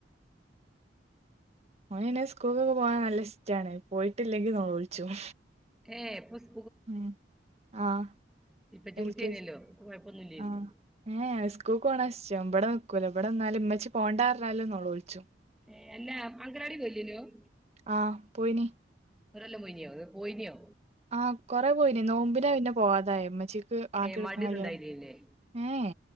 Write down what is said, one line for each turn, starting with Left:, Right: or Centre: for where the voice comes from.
Right: ഓന് പിന്നെ സ്കൂൾക്കൊക്കെ പോവാൻ നല്ലഷ്ടാണ് പോയിട്ടില്ലെങ്കി നോലോൾച്ചും.
Centre: ഏഹ് പ്പസ്
Right: ഉം ആഹ്
Centre: ഇപ്പച്ചി
Right: എല്‍
Centre: കുട്ടിയനല്ലോ
Right: കെ ജി
Centre: കുഴപ്പമൊന്നുമില്ലായിരുന്നു
Right: ആഹ് ഏഹ് സ്ക്കൂക്കോണെഷ് ച്ചം ഇബടെ നിക്കൂല ബടെന്നാല് ഇമ്മച്ചി പോണ്ടാർഞ്ഞാലും നോലോൾച്ചും.
Centre: ഏഹ് അല്ലാ അംങ്കലവാടി പോയില്യേനോ ഓൻ
Right: ആ പോയിനി
Centre: ഒരെല്ലം പോയീന്യോ അതോ പോയിന്യോ?
Right: ആഹ് കൊറെ പോയിനി നോമ്പിനാ പിന്നെ പോവാതായെ ഇമ്മച്ചി ക്ക്
Centre: ഏ,
Right: ആക്ക്യൊട്ക്കാൻ
Centre: മടി
Right: കയ്യാ
Centre: ഒന്നും ഉണ്ടായില്ലേ
Right: ഏഹ്